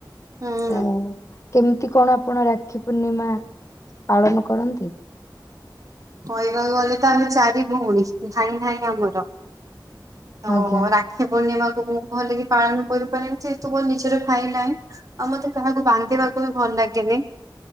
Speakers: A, on the right; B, on the left.
A: ହୁଁ।
B: <unintelligible> କେମିତି କଣ ଆପଣ ରାକ୍ଷୀ ପୂର୍ଣ୍ଣିମା ପାଳନ କରନ୍ତି?
A: କହିବାକୁ ଗଲେ ତ ଆମେ ଚାରି ଭଉଣୀ ଭାଇ ନାଇଁ ଆମର। ତ
B: ଆଜ୍ଞା
A: ରା କ୍ଷୀପୂର୍ଣ୍ଣିମାକୁ ମୁଁ ଭଲ କି ପାଳନ କରିପାରେନି ଜେହେତୁ ମୋ ନିଜର ଭାଇନାଇଁ। ଆଉ ମତେ କାହାକୁ ବାନ୍ଧିବାକୁ ବି ଭଲ ଲାଗେନି।